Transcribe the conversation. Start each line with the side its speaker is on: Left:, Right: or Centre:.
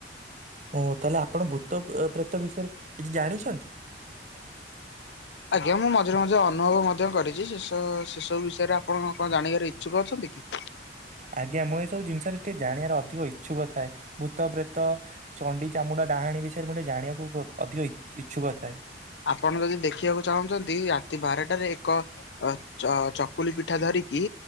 Right: ଓ ତାହେଲେ ଆପଣ ଭୁତ ଏ ପ୍ରେତ ବିଷୟରେ କିଛି ଜାଣୁଛନ୍ତି। <inaudible>
Left: ଆଜ୍ଞା ମୁଁ ମଝିରେ ମଝିରେ ଅନୁଭବ ମଧ୍ୟ କରିଛି ସେ ସବୁ ସେ ସବୁ ବିଷୟରେ ଆପଣ କଣ ଜାଣିବାରେ ଇଛୁକ ଅଛନ୍ତି କି?
Right: ଆଜ୍ଞା ମୁଁ ଏସବୁ ଜିନିଷରେ ଟିକେ ଜାଣିବାର ଅଧିକ ଇଛୁକ ଥାଏ ଭୁତ ପ୍ରେତ ଚଣ୍ଡି ଚାମୁଡା ଡାହାଣୀ ବିଷୟରେ ମୋର ଟିକେ ଜାଣିବାକୁ ଅଧିକ ଇଛୁକ ଥାଏ।
Left: ଆପଣ ଯଦି ଦେଖିବାକୁ ଚାହୁଁଛନ୍ତି ରାତି ବାରଟାରେ ଏକ ଅ ଚ ଚକୁଳି ପିଠା ଧରିକି